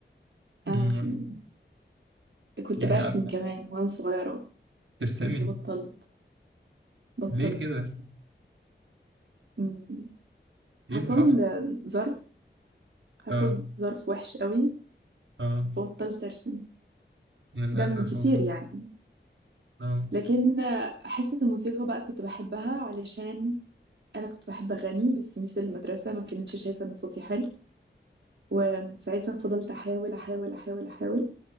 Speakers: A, on the right; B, on the right.
A: أمم،
B: أم...
A: بس
B: كنت
A: يعني
B: برسم
A: عارفة
B: كمان وانا صغيرة
A: ترسمي
B: بس بطلت بطلت
A: ليه كده
B: أم، حصل
A: ايه اللي حصل
B: أم، ظرف حصل
A: اه
B: ظرف وحش قوي
A: اه
B: وبطلت ارسم
A: للأسف
B: ده من كتير
A: والله
B: يعني
A: اه
B: لكن آه، حصة الموسيقى بقى كنت بحبها علشان انا كنت بحب اغني بس ميس المدرسه ما كانتش شايفه ان صوتي حلو ومن ساعتها فضلت احاول احاول احاول احاول